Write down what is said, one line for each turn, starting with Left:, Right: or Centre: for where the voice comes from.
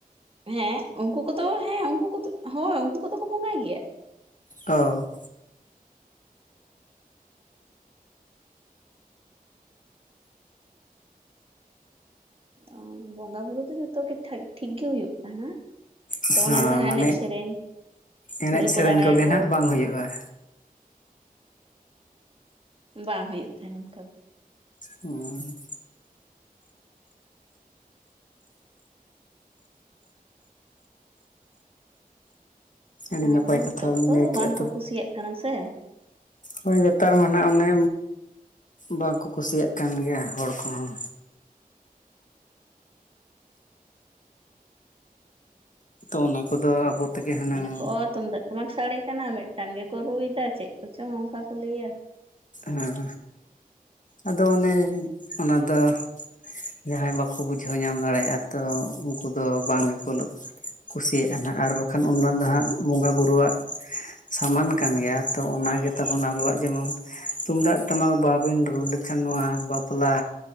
Right: ᱦᱮᱸ ᱩᱝᱠᱩ ᱠᱚᱫᱚ ᱦᱮᱸ ᱩᱝᱠᱩ ᱠᱚᱫᱚ ᱦᱳᱭ ᱩᱝᱠᱩ ᱠᱚᱫᱚ ᱠᱚ ᱵᱚᱸᱜᱟᱭ ᱜᱮᱭᱟ᱾
Left: ᱚ
Right: ᱚ ᱵᱚᱸᱜᱟ ᱵᱩᱨᱩ ᱫᱚ ᱡᱚᱛᱚ ᱜᱮ ᱛᱷᱟᱹᱡ ᱴᱷᱤᱠ ᱜᱮ ᱦᱩᱭᱩᱜ ᱛᱟᱦᱮᱱᱟ᱾
Left: ᱦᱮᱸ
Right: ᱛᱚ ᱚᱱᱟ ᱡᱟᱦᱟᱸ
Left: ᱢᱟᱱᱮ
Right: ᱮᱱᱮᱡ ᱥᱮᱨᱮᱧ,
Left: ᱮᱱᱮᱡ
Right: ᱠᱩᱞᱤ
Left: ᱥᱮᱨᱮᱧ
Right: ᱠᱚ ᱫᱬᱟᱭᱟᱠᱚ
Left: <unintelligible> ᱦᱩᱭᱩᱜᱼᱟ᱾
Right: ᱵᱟᱝ ᱦᱩᱭᱩᱜ ᱛᱟᱦᱮᱱ ᱚᱝᱠᱟ ᱫᱚ᱾
Left: ᱚᱸ ᱟᱹᱰᱤ
Right: ᱟ
Left: ᱱᱟᱯᱟᱭ
Right: ᱱᱤᱛᱚᱜ
Left: ᱠᱟᱛᱷᱟ ᱵᱮᱱ
Right: ᱛᱚ
Left: ᱞᱟᱹᱭ ᱠᱮᱜᱼᱟ
Right: ᱵᱟᱝᱠᱚ ᱠᱩᱥᱤᱭᱟᱜ ᱠᱟᱱᱟ ᱥᱮ᱾
Left: ᱦᱳᱭ ᱱᱮᱛᱟᱨ ᱢᱟ ᱱᱟᱜ ᱚᱱᱮ ᱵᱟᱝᱠᱚ ᱠᱩᱥᱤᱭᱟᱜ ᱠᱟᱱ ᱜᱮᱭᱟ ᱦᱚᱲ ᱠᱚᱦᱚᱸ᱾ ᱛᱚ ᱚᱱᱟ ᱠᱚᱫᱚ
Right: ᱦᱚᱸ
Left: ᱟᱵᱚ ᱛᱮᱜᱮ ᱦᱩᱱᱟᱹᱝ
Right: ᱢᱮᱱᱟ ᱠᱚ ᱛᱩᱢᱫᱟᱜ ᱴᱟᱢᱟᱠ ᱥᱟᱰᱮ ᱠᱟᱱᱟ ᱢᱤᱫᱴᱟᱱ ᱜᱮᱠᱚ ᱨᱩᱭᱫᱟ ᱪᱮᱜ ᱠᱚᱪᱚᱝ ᱚᱝᱠᱟ ᱠᱚ ᱞᱟᱹᱭᱟ᱾
Left: ᱦᱮᱸ ᱟᱫᱚ ᱚᱱᱮ ᱚᱱᱟᱫᱚ ᱡᱟᱦᱟᱸᱭ ᱵᱟᱠᱚ ᱵᱩᱡᱷᱟᱹᱣ ᱧᱟᱢ ᱫᱟᱲᱮᱭᱟᱜᱼᱟ ᱛᱚ ᱩᱝᱠᱩ ᱫᱚ ᱵᱟᱝ ᱜᱮᱠᱚ ᱞᱩ ᱠᱩᱥᱤᱭᱟᱜᱼᱟ ᱱᱟᱜ ᱟᱨ ᱵᱟᱝᱠᱷᱟᱱ ᱚᱱᱟ ᱫᱚ ᱦᱟᱸᱜ ᱵᱚᱸᱜᱟ ᱵᱩᱨᱩᱣᱟᱜ ᱥᱟᱢᱟᱱ ᱠᱟᱱ ᱜᱮᱭᱟ, ᱛᱚ ᱚᱱᱟᱜᱮ ᱛᱟᱵᱚᱱ ᱟᱵᱚᱣᱟᱜ ᱡᱮᱢᱚᱱ ᱛᱩᱢᱫᱟᱜ ᱴᱟᱢᱟᱠ ᱵᱟᱵᱤᱱ ᱨᱩ ᱞᱮᱠᱷᱟᱱ, ᱱᱚᱣᱟ ᱵᱟᱯᱞᱟ